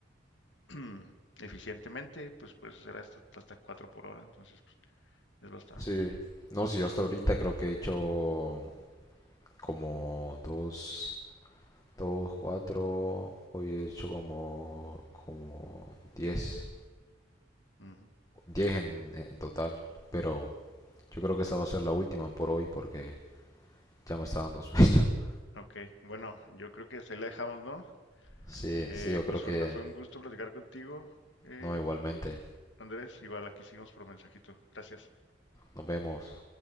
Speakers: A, on the left (about 75°); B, on the left (about 20°).
A: <clears throat> Eficientemente, pues puedes hacer hasta, hasta 4 por hora, entonces pues, es bastante.
B: sí. No, sí, yo hasta ahorita creo que he hecho como dos. dos 4 hoy he hecho como, como diez
A: Ujú.
B: diez en, en total, pero yo creo que esta va a ser la última por hoy porque ya me está dando sueño. <laughs>
A: Ok, bueno, yo creo que hasta ahí la dejamos, ¿no?
B: Sí,
A: Eh,
B: sí, yo creo
A: pues
B: que
A: una- fue un gusto platicar contigo, eh,
B: no, igualmente.
A: Andrés. Igual aquí seguimos por mensajito. Gracias.
B: Nos vemos.